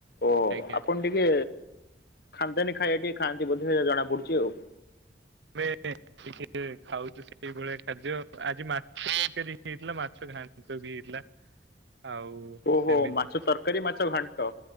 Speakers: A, on the left; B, on the right.
A: ଓ
B: ଆଜ୍ଞା
A: ଆପଣ ଟିକେ ଖାନ୍ଧନୀ ଖାଇବା ଟିକେ ଖାଆନ୍ତ ଇ ବୋଧେ ଜଣା ପଡୁଚି ଆଉ।
B: <unintelligible> ଟିକେ ଖାଉଛୁ ସେଇଭଳିଆ ଖାଦ୍ୟ ଆଜି ମାଛ କେ ହେଇଥିଲା ମାଛ ଘାଣ୍ଟ ବି ହେଇଥିଲା। ଆଉ
A: ଓହୋ
B: ସେମିତି
A: ମାଛ ତରକାରୀ ମାଛ ଘାଣ୍ଟ।